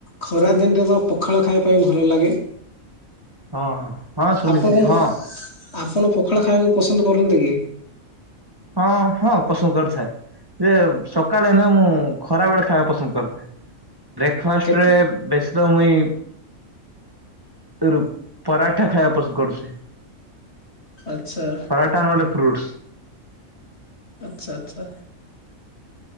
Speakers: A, on the left (about 50°); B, on the right (about 15°).
A: ଖରାଦିନରେ ପା ପଖାଳ ଖାଇବା ପାଇଁ ଭଲ ଲାଗେ।
B: ହଁ। ହଁ ଶୁଣିଛି
A: ଆପଣ କଣ
B: ହଁ
A: ଆପଣ ପଖାଳ ଖାଇବାକୁ ପସନ୍ଦ କରନ୍ତି କି?
B: ହଁ ହଁ ପସଦ କରିଥାଏ। ଯେ ସକାଳେ ନୁହେଁ ମୁଁ ଖରା ବେଳେ ଖାଇବାକୁ ପସନ୍ଦ କରିଥାଏ। ବ୍ରେକଫାଷ୍ଟ
A: କେତେ
B: ରେ ବେଶୀ ତ ମୁଇଁ ରୁ ପରାଠା ଖାଇବା ପସନ୍ଦ କରୁଚି।
A: ଆଚ୍ଛା।
B: ପରାଠା ନେହେଲେ ଫ୍ରୁଟ୍ସ୍।
A: ଆଚ୍ଛା ଆଚ୍ଛା।